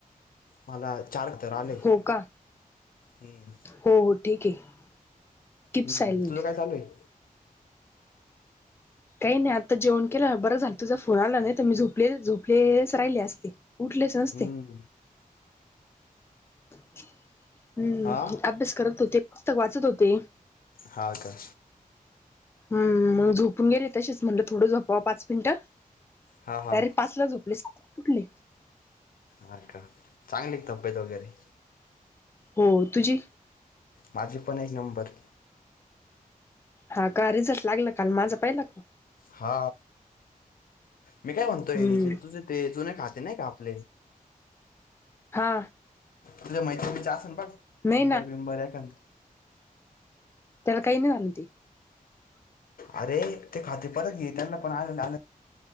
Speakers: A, on the left (about 80°); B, on the left (about 15°).
A: मला चारक तर आले ह
B: हो का
A: हम्म.
B: हो हो ठीक आहे कीप
A: हम्म
B: सायलेंट
A: तुझं काय चालूये.
B: काही नाही आता जेवण केलं बरं झालं तुझा फोन आला नाही तर मी झोपले झोपलेच राहिले असती उठलीच नसती.
A: हम्म
B: हम्म
A: हा
B: अभ्यास करत होते पुस्तक वाचत होते.
A: ह का.
B: हम्म मग झोपून गेले तशीच म्हणटलं थोडं झोपावं पाच मिनिटं
A: हा हा
B: डायरेक्ट पाच ला झोपले सात ला ऊठली.
A: हा का चांगली तब्येत वगैरे
B: हो तुझी.
A: माझे पण एक नंबर.
B: हा का रिझलस लागला काल माझा पहिला
A: हा मी काय म्हणतोय
B: हम्म
A: तुझ ते जुन खा नाही का आपले
B: हा,
A: तु मैत्री बीच असेन बघ
B: नाही
A: नंबर
B: ना
A: बिंबर आहे का
B: <unintelligible>
A: अरे ते खाते परत घे त्यांना पण आलेलं